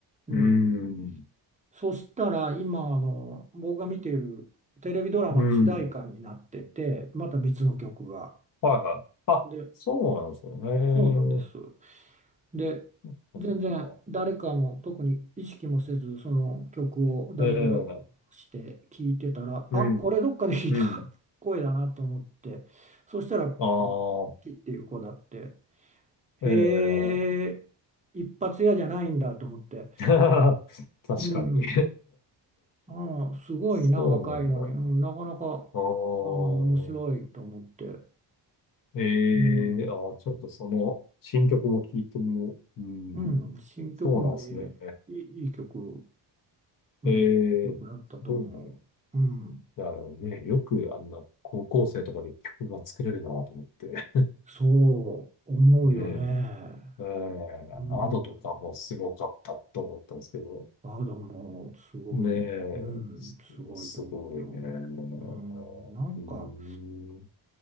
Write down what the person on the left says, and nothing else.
うん、
うん。
はいはい。あ、
そうなんですよ
ね。
そっかそっか
ええ、うん、
うん。
ああ、
ええ。
<laughs> 確かに。
<laughs>
そうなんだな。
ああ、
ええ、
あーちょっとその新曲も聞いてみよう。うん。
そうなんですね。
ええ、
すごいな。
いやね、よくあんな高校生とかで曲が作れるなと思って。
ねえ、ええ、
アドとかもすごかったと思ったんですけど。
ねえ、
すすごいね。
う
ん、